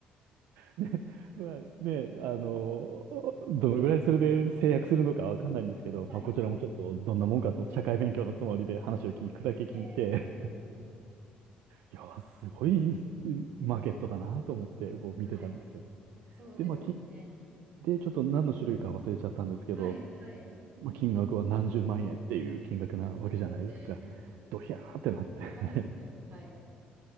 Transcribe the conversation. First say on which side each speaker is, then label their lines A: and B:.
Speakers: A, on the right; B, on the right.
A: で、まあ、ね、あの、どのぐらいそれで制約するのかわかんないんですけど、
B: はい、
A: まあ、こちらもちょっとどんなもんかと、
B: は
A: 社会勉強のつもりで話を聞くだけ聞いて、
B: い。えー、
A: いや、すごいマーケットだなと思ってこう見てたんですよ。
B: はい、そうですよね。
A: で、まあ、き、で、ちょっと何の種類か忘れちゃったんですけど、
B: はい、はい、
A: まあ、金額は何十万円っていう金額なわけじゃないですか。
B: そうですよね。
A: ドヒャーってなって
B: はい、はい、はい。